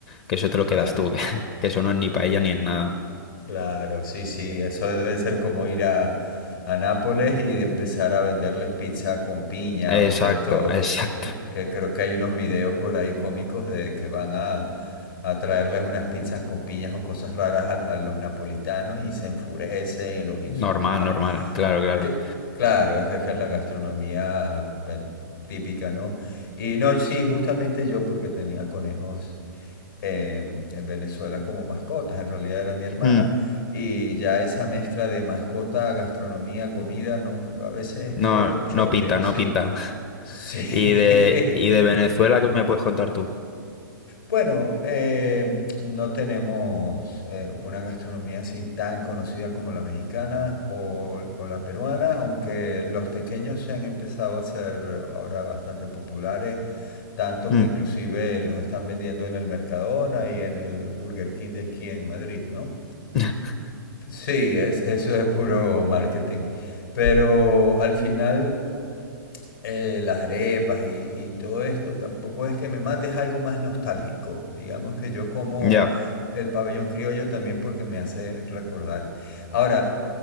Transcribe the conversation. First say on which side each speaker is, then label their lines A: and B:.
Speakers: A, on the left (about 30°); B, on the left (about 80°).
A: Que eso te lo
B: Claro.
A: quedas tú, <laughs> que, que eso no es ni paella ni en nada.
B: Claro, sí, sí, eso debe ser como ir a, a Nápoles y de empezar a venderles pizza con piña
A: Exacto,
B: o de esto,
A: <laughs> exacto.
B: que, que creo que hay unos videos por ahí cómicos de que van a, a traerles unas pizzas con piñas o cosas raras a, a los napolitanos y se enfurecen y los insultan.
A: Normal, normal, claro, claro.
B: Que, claro, es que es que es la gastronomía, bueno, típica, ¿no? Y no, sí, justamente yo porque tenía conejos eh, en Venezuela como mascotas, en realidad era mi hermana,
A: Mm,
B: y ya esa mezcla de mascota, gastronomía, comida, no, a veces
A: No,
B: crea un choque,
A: no pinta,
B: sí.
A: no pinta. <laughs>
B: Sí,
A: ¿Y de,
B: <laughs>
A: y de Venezuela qué me puedes contar tú?
B: Bueno, eh, no tenemos eh, una gastronomía así tan conocida como la mexicana o, o la peruana, aunque los tequeños se han empezado a ser ahora bastante populares, tanto
A: Mm,
B: que inclusive los están vendiendo en el Mercadona y en el Burger King de aquí en Madrid, ¿no?
A: <laughs>
B: Sí, es- eso es puro marketing. Pero al final eh, las arepas y, y todo esto, tampoco es que me mate, es algo más nostálgico. Digamos que yo como
A: Ya,
B: el pabellón criollo también porque me hace recordar. Ahora,